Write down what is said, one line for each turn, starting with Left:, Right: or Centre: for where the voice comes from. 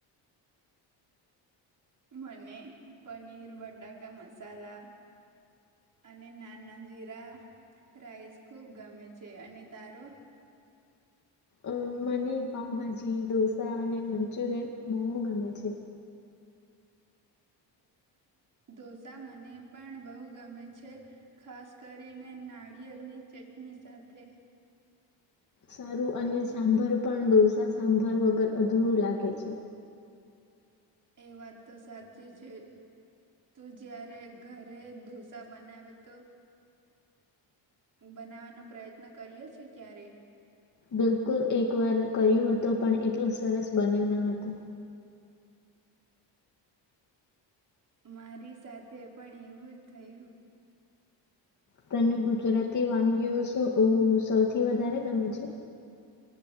Right: મને પનીર બટાકા મસાલા અને નાના જીરા રાઈસ ખુબ ગમે છે અને તારો
Left: અ મને પાઉભાજી ઢોસા અને મંચુરિયન મોમમું ગમે છે
Right: ઢોસા મને પણ બહુ ગમે છે ખાસ કરીને નારિયેળની ચટણી સાથે
Left: સારું અને સાંભાર પણ ડોસા સાંભાર વગર અધૂરું લાગે છે
Right: એ વાત તો સાચી છે તું જયારે ઘરે ઢોસા બનાવે તો બનાવાનો પ્રયત્ન કરી્યો છે ક્યારે
Left: બિલકુલ એક વાર કર્યું હતું પણ એટલું સરસ બન્યું ન હતું
Right: મારી સાથે પણ એવું જ થયું
Left: તને ગુજરાતી વાનગીઓ સૌથી વધારે ગમે છે